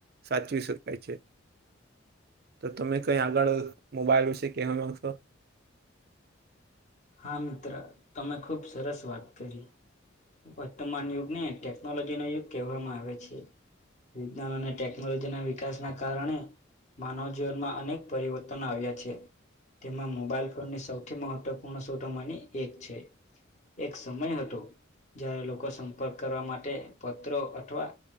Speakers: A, on the right; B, on the left.
A: સાચવી શકાય છે, તો તમે કઈ આગળ મોબાઈલ વિશે કે્યાં માણસો <unintelligible>
B: હા મિત્ર તમે ખૂબ સરસ વાત કરી. વર્તમાન યુગને ટેકનોલોજી નો યુગ કહેવામાં આવે છે. વિજ્ઞાન અને ટેકનોલોજી ના વિકાસ ના કારણે માનવ જીવનમાં અનેક પરિવર્તન આવ્યા છે તેમાં મોબાઈલ ફોનની સૌથી મહત્વ પુર્ણ શ્રોતો માંની એક છે. એક સમય હતો જ્યારે લોકો સંપર્ક કરવા માટે પત્રો અથવા